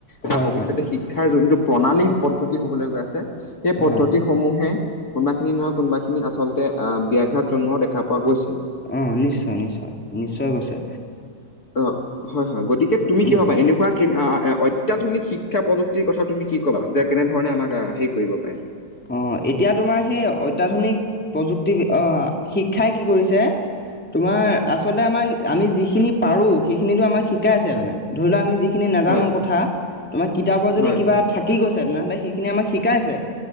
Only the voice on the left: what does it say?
বা
ভৱিষ্যতে
শিক্ষাৰ যোনটো প্ৰণালী পদ্ধতি হবলৈ গৈ আছে, সেই পদ্ধতি
সমূহে কোনোবা খিনি নহয়, কোনোবাখিনিত আচলতে আহ, ব্যয়াঘাত জন্মও দেখা পোৱা গৈছে।
অ', হয়, হয় গতিকে তুমি কিবা
এনেকুৱা কে এ, অত্যাধুনিক শিক্ষা প্ৰযুক্তিৰ কথা তুমি কি কবা যে, কেনেধৰণে আমাক হেৰি কৰিব পাৰে?
হয়
হয়